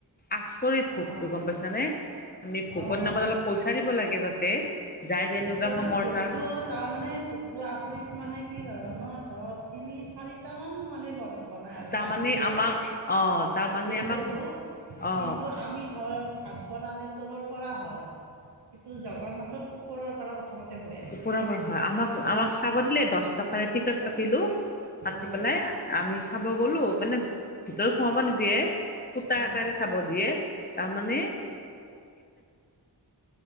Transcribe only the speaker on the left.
আচৰিত ভোকটো
গম পাইছা নে আমি ভোকৰ
নামত অলপ পইচা দিব লাগে তাতে যাই যেনেকুৱা
সমৰ্থ
তাৰমানে
আমাক অ তাৰমানে
আমাক
অ
ওপৰ পৰা হয় আমাক আমাক
চাব দিলে দহ টকাৰে টিকট কাটিলো কাতি
পেলাই আমি চাব গলো মানে ভিতৰত সোমাব নিদিয়ে ফুতা
এটাৰে চাব দিয়ে তাৰ মানে